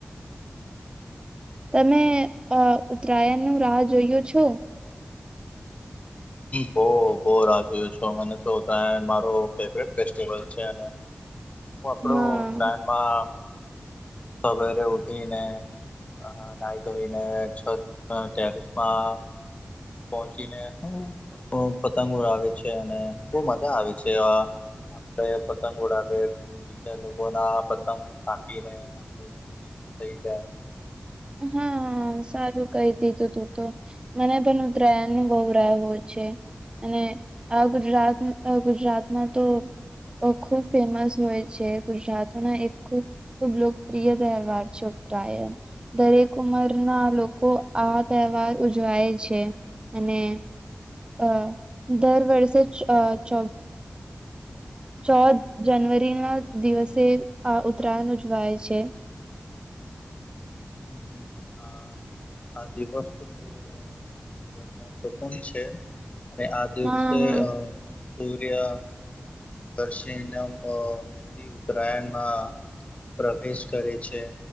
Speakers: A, on the right; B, on the left.
A: તમે અ ઉત્તરાયણનું રાહ જોઈયો છો?
B: બહુ બહુ રાહ જોયો છે. મને તો ઉતરાયણ મારી ફેવરિટ ફેસ્ટિવલ છે અને તો આપડું
A: હા
B: ઉત્તરાયણમાં સવારે ઊઠીને અ નાઈ ધોઈને છત ટેરેસમાં પહોંચીને હું પતંગો ઉડાવે છે અને બહુ મજા આવે છે. આ આપડે પતંગ ઉડાવીએ, બીજા લોકોના પતંગ કાપીને. ખુશ થઈ જાય.
A: હા સારું કહી દીધું તું તો. મને પણ ઉત્તરાયણનું બહુ રાહ હોય છે. અને આ ગુજરાત ગુજરાતમાં તો અ ખૂબ ફેમસ હોય છે. ગુજરાતના એક ખૂબ ખુબ લોકપ્રિય તહેવાર છે ઉતરાયણ. દરેક ઉંમરના લોકો આ તહેવાર ઉજવાય છે અને અ દર વર્ષે અ <inaudible> ચોદ જનવરીના દિવસે આ ઉતરાયણ ઉજવાય છે.
B: હ આ આ દિવસ તો તો ખૂબ મહત્વપૂર્ણ છે. અને આ દિવસે
A: હા હા
B: અ સૂર્ય, દર્શિ મેથી ઉતરાયણમાં પ્રવેશ કરે છે.